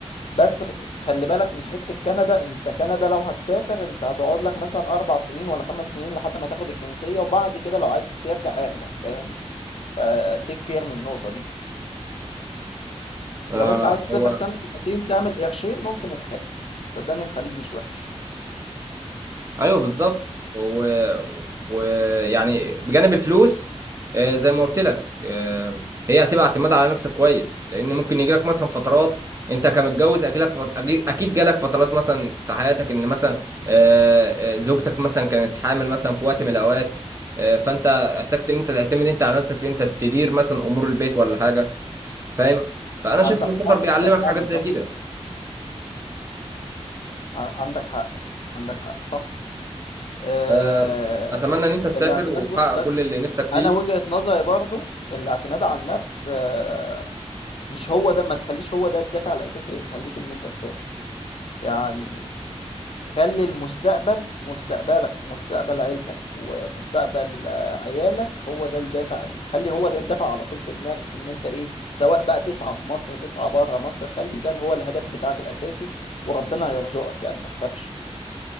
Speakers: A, on the left; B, on the right.
A: بس خ- خلي بالك من حتة كندا انت كندا لو هتسافر انت هتقعد لك مثلا اربع سنين ولا خمس سنين لحد ما تاخد الجنسية وبعد كده لو عايز ترجع ارجع فاهم فتيك كير من النقطة دي
B: آه
A: لو انت عايز تسافر
B: هو
A: سنة سنتين تعمل قرشين ممكن الخليج صدقني الخليج مش وحش
B: ايوه بالظبط و- ويعني بجانب الفلوس آه، زي ما قلت لك آه، هي هتبقى اعتماد على نفسك كويس لان ممكن يجي لك مثلا فترات انت كمتجوز اجلك فت... أجي- اكيد جالك فترات مثلا في حياتك ان مثلا آه، آه، زوجتك مثلا كانت حامل مثلا في وقت من الاوقات آه، فانت احتجت ان انت تعتمد انت على نفسك في انت تدير مثلا امور البيت ولا حاجه فاهم فانا
A: عندك
B: شايف ان السفر
A: حق
B: بيعلمك
A: بس فعلا
B: حاجات زي
A: صح
B: كده
A: ع- عندك حق عندك حق صح اه...
B: آه، اتمنى ان انت تسافر
A: الاعتماد
B: وتحقق
A: بص بس
B: كل اللي نفسك فيه
A: انا وجهة نظري برضو الاعتماد على النفس آه، مش هو ده ما تخليش هو ده الدافع الاساسي اللي يخليك ان انت تسافر يعني خلي المستقبل مستقبلك ومستقبل عيلتك ومستقبل آه، عيالك هو ده الدافع خلي هو ده الدافع على طول في دماغك ان انت ايه سواء بقى تسعى في مصر تسعى بره مصر خلي ده هو الهدف بتاعك الاساسي وربنا هيرزقك يعني ما تخافش